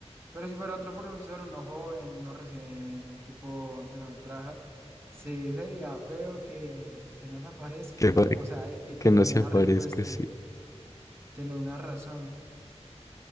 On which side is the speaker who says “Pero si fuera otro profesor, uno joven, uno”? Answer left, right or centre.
Right